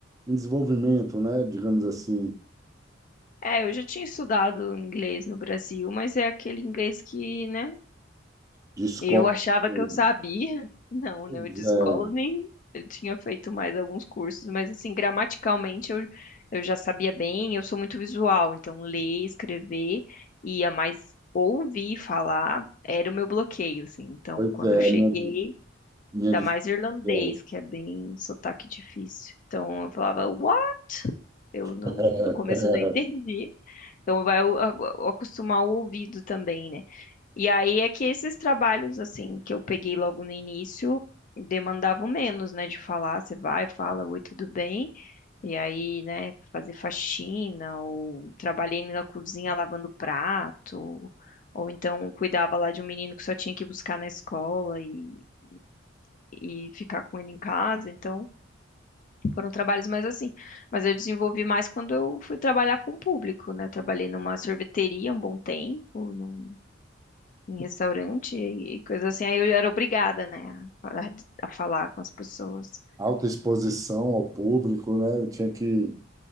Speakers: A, on the right; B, on the left.
A: em desenvolvimento, né? Digamos assim,
B: É, eu já tinha estudado inglês no Brasil, mas é aquele inglês que, né?
A: de escola.
B: Eu achava
A: Pois
B: que eu sabia. <laughs> Não,
A: é,
B: né? Eu de escola nem eu tinha feito mais alguns cursos, mas assim, gramaticalmente eu, eu já sabia bem, eu sou muito visual, então ler, escrever, ia mais ouvir falar era o meu bloqueio, assim. Então,
A: pois
B: quando
A: é,
B: eu cheguei,
A: minha, minha
B: ainda
A: dificuldade.
B: mais irlandês, que é bem sotaque difícil. Então eu falava, uau, eu não,
A: <laughs>
B: no começo eu não <laughs> entendi. Então vai o- a- o- acostumar o ouvido também, né? E aí é que esses trabalhos, assim, que eu peguei logo no início, demandavam menos, né? De falar, você vai, fala, oi, tudo bem? E aí, né, fazer faxina, ou trabalhei na cozinha lavando prato, ou então cuidava lá de um menino que só tinha que buscar na escola e, e ficar com ele em casa. Então, foram trabalhos mais assim. Mas eu desenvolvi mais quando eu fui trabalhar com o público, né? Trabalhei numa sorveteria um bom tempo, num em restaurante e coisa assim. Aí eu era obrigada, né, a falar, a falar com as pessoas.
A: Alta exposição ao público, né? Eu tinha que